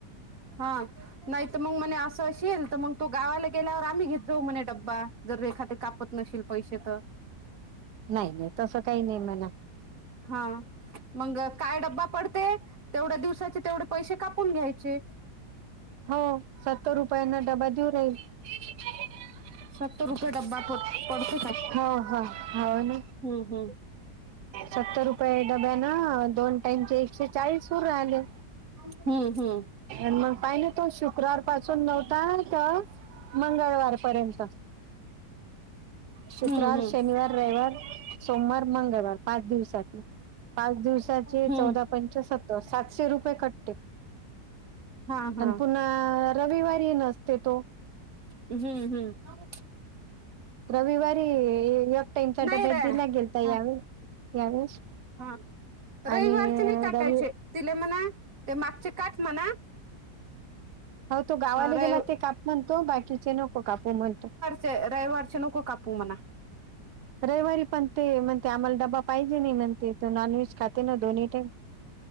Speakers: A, on the right; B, on the right.
A: हा. नाही तर मग मणे असं अशील तर मंग तो गावाला गेल्यावर आम्ही घेत जाऊ म्हणे ड्बा. जर रेखा ताई कापत नशील पैसे तर.
B: नाही नाही तसं काही नाही मणा.
A: हा मंग काय डब्बा पडते तेवढ्या दिवसाचे तेवढे पैसे कापून घ्याय चे
B: हो, सत्तर रुपयांन डबा देऊ. हो <unintelligible>
A: सत्तर रुपये डब्बा पड पडते का
B: हा हा. अन
A: हम्म
B: सत्तर रुपये डब्यान, दोन टाईमचे एकशे चाळीस होवून राहिले.
A: हम्म हम्म
B: मग पाहि ना तो शुक्रवार पासून नव्हता तर मंगळवारपर्यंत. शुक्रवार
A: हम्म हम्म
B: शनिवार रविवार सोमवार मंगळवार पाच दिवसात पाच दिवस साचे
A: हम्म हम्म
B: चौदा पंचे सत्तर सातशे रुपये कटते.
A: हा
B: आणि
A: हा
B: पुन्हा रविवारी नसते तो
A: हम्म हम्म.
B: रविवारी एक टाइमच्या
A: नाही
B: डब्यात
A: रे
B: दिला
A: हा
B: गेलता यावेळे यावेळेस
A: हा रविवारचे
B: आणि
A: नाही काटायचे
B: रवी
A: तिले म्हणा ते मागचे काठ म्हणा
B: हो तो गावाला
A: रवि
B: गेला ते काप म्हणतो बाकीचे नको कापू म्हणतो.
A: ते रविवारचे कापू नको म्हणा.
B: रविवारी पण ते म्हणते, आम्हाला डब्बा पाहिजे नाही म्हण ते नॉनव्हेज खाते ना दोन्ही टाईम.